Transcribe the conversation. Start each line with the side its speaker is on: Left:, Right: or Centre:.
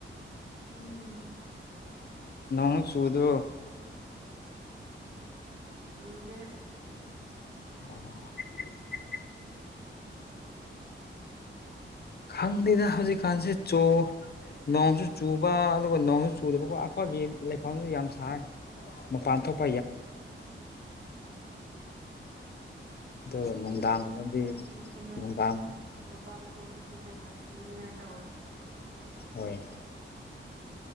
Right: ꯎꯝ
Left: ꯅꯣꯠ ꯆꯨꯗꯣ
Right: ꯆꯨꯗꯦ
Left: ꯑꯣ ꯈꯪꯗꯦꯗ ꯍꯧꯖꯤꯛꯀꯥꯟꯁꯦ ꯆꯣ ꯅꯣꯡꯁꯨ ꯆꯨꯕ ꯑꯗꯨꯒ ꯅꯣꯡꯁꯨ ꯆꯨꯗꯕꯀꯣ ꯑꯩꯈꯣꯏꯒꯤ ꯂꯩꯐꯝꯁꯦ ꯌꯥꯝ ꯁꯥꯏ ꯃꯄꯥꯟ ꯊꯣꯛ ꯗꯣ
Right: ꯑꯥ
Left: ꯅꯨꯡꯗꯥꯡꯒꯨꯝꯕꯗꯤ
Right: ꯁꯤꯗꯁꯨꯅꯦ
Left: ꯅꯨꯡꯗꯥꯡ
Right: ꯃꯄꯥꯟ ꯊꯣꯛꯇꯗꯤ ꯀꯩꯅꯣ ꯁꯤꯅꯤꯉꯥꯏ ꯇꯧꯋꯦ
Left: ꯍꯣꯏ